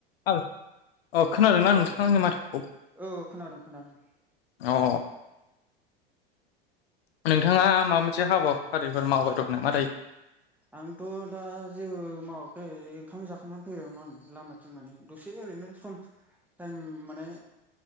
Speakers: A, on the left (about 75°); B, in the centre.
A: <unintelligible> अ खोनादोंना
B: औ
A: नोंथाङा आंनि माथोखौ
B: औ खोनादों खोनादों
A: अ <inaudible> नोंथाङा माबा मोनसे हाबाफारिफोर मावबाय दं नामा दायो?
B: आंथ' दा जेबो मावाखै ओंखाम जाखांना फैबायावमोन आङो लामाथिं माने दसे ओरैनो सम टाइम माने